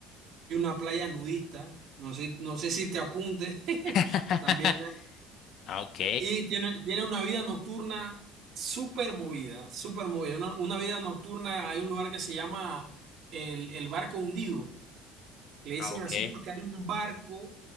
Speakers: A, on the right; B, on the left.
A: y una playa nudista, no sé, no sé si te apuntes.
B: <laughs>
A: <laughs> También
B: Ah, ok.
A: y tiene, tiene una vida nocturna súper movida, súper movida. Una, una vida nocturna, hay un lugar que se llama el, el barco hundido. Le dicen
B: Ah, ok.
A: así porque hay un barco